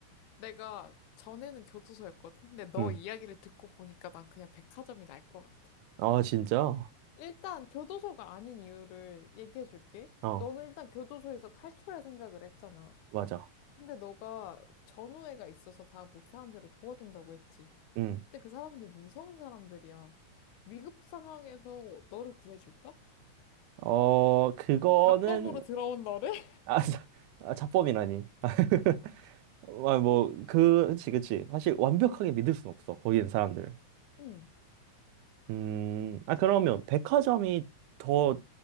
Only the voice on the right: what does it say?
응.
아, 진짜?
어,
맞아.
응.
어, 그거는,
아, 자- 아, 자법이라니. <laughs> 아, 뭐, 그, 그치, 그치. 사실 완벽하게 믿을 순 없어, 거기는 사람들.
음, 아, 그러면 백화점이 더,